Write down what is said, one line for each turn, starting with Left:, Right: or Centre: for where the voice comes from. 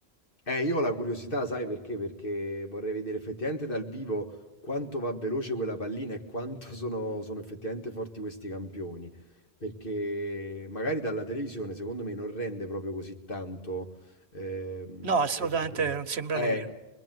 Left: Eh, io ho la curiosità, sai perché? Perché vorrei vedere effettivamente dal vivo quanto va veloce quella pallina e quanto <laughs> sono, sono effettivamente forti questi campioni. Perché magari dalla televisione, secondo me, non rende proprio così tanto. ehm,
Right: No, assolutamente
Left: effettivamente.
Right: non sembra
Left: Eh,
Right: nemmeno.